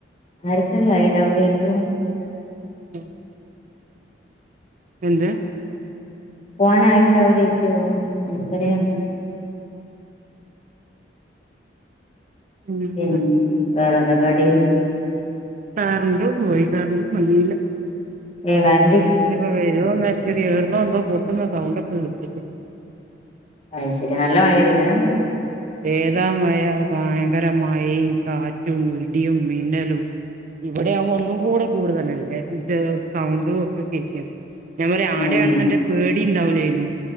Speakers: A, on the left (about 35°); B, on the right (about 45°).
A: ആരൊക്കയണ്ടാവുലര്ക്കു.
B: <inaudible> എന്ത്?
A: പോവാനായിണ്ടാവില്ലേയ്ക്യോം. ആർക്കറിയാം.
B: ഉം പിന്നെന്താ
A: ഇ മ്.. വേറെന്താക്കാടി?
B: കറ്ണ്ടും പോയി കറ്ണ്ടും വന്നീല്ല.
A: ഏ. കര്ൺ
B: ട്പ വെരൊ നേര്ക്കര്യാ എവ്ട്ന്നോ ന്തോ പൊട്ടുന്ന സൗണ്ടൊക്കെകേട്ട്ക്ക്.
A: ഐശെരി നല്ല മഎയ്തന്ന്?
B: ഏതാ മയാ ഭയങ്കെരമായേം കാറ്റും ഇടിയും മിന്നലു ഇവിടെയാകുമ്പോ ഒന്നും കൂടെ കൂട്തലല്ലേ മ് ചെ സൗണ്ടുക്കെ കേക്കല്ലേ? ഞാപറൈ ആടയാണെന്ന്ണ്ടെ
A: ഉം
B: പേടിണ്ടാവുലെര്ന്നു.